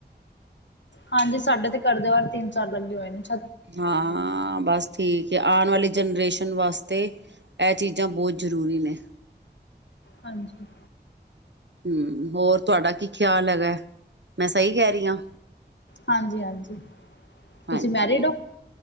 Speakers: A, on the left; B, on the right.
A: ਹਾਂਜੀ ਸਾਡੇ ਤੇ ਘਰ ਦੇ ਬਾਹਰ ਤਿੰਨ ਚਾਰ ਲੱਗੇ ਹੋਏ ਨੇ ।
B: ਹਾਂ ਬਸ । ਠੀਕ ਐ ਆਉਣ ਵਾਲੀ ਜਨਰੇਸ਼ਨ ਵਾਸਤੇ ਇਹ ਚੀਜਾ ਬਹੁਤ ਜ਼ਰੂਰੀ ਨੇ
A: ਹਾਂਜੀ ।
B: ਹੂੰ ਹੋਰ ਤੁਹਾਡਾ ਕੀ ਖਿਆਲ ਹੈਗਾ ਮੈਂ ਸਹੀ ਕਹਿ ਰਹੀ ਆ?
A: ਹਾਂਜੀ ਹਾਂਜੀ ਤੁਸੀ
B: ਹਾਂਜੀ
A: ਮੈਰਿਡ ਓ?